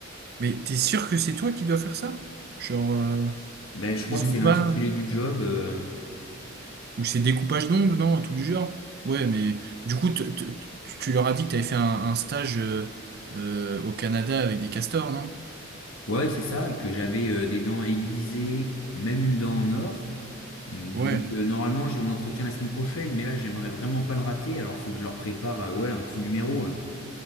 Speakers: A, on the right (about 50°); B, on the left (about 85°).
A: Mais t'es sûr que c'est toi qui dois faire ça? Genre, euh,
B: Ben, je crois
A: ils
B: que c'est
A: ont
B: l'intitulé
A: pas.
B: du job. euh,
A: Ou c'est découpage d'ongles, non, un truc du genre. Ouais, mais du coup, te- te- tu tu leur as dit que t'avais fait un, un stage euh, euh, au Canada avec des castors, non?
B: Ouais, c'est ça, que j'avais euh, des dents aiguisées, même une dent en or. Mm,
A: Ouais.
B: Donc, euh, normalement, j'ai mon entretien la semaine prochaine, mais là, j'aimerais vraiment pas le rater, alors faut que je leur prépare euh, ouais, un petit numéro. euh.